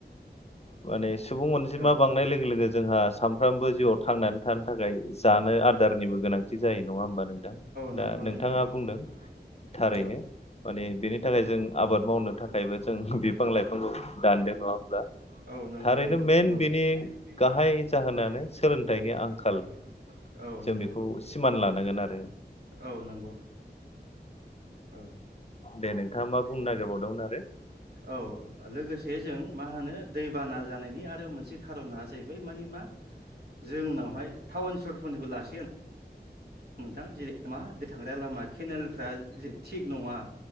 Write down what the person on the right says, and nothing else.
औ
नङा
होमबा
बुंदों
औ नंगौ
नंगौ औ।
ओरैनो
मेन बेनि
गाहाय जाहोनानो
सोलोंथाइनि आंखाल औ
नंगौ
जों
बेखौ
औ नंगौ औ।
दे
नोंथांङा
मा बुंनो नागिरबावदोंमोन
दायो। औ लोगोसे जों मा होनो दैबाना जानायनि आ रो मोनसे खार'ना जाहैबाय मानि मा जोंनावहाय टाउन सहरफोरनिखौ लासै नोंथां जेरै मा थांग्रा लामा केनेलफ्रा जि थिग नङा